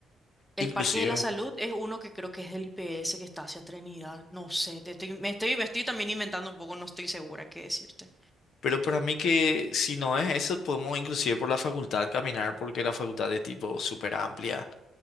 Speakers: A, in the centre; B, on the left.
A: El
B: Inclusive.
A: Parque de la Salud es uno que creo que es del IPS que está hacia Trinidad. No sé, te estoy, me estoy, me estoy también inventando un poco, no estoy segura qué decirte.
B: Pero para mí que si no es eso, podemos inclusive por la facultad caminar porque la facultad es tipo súper amplia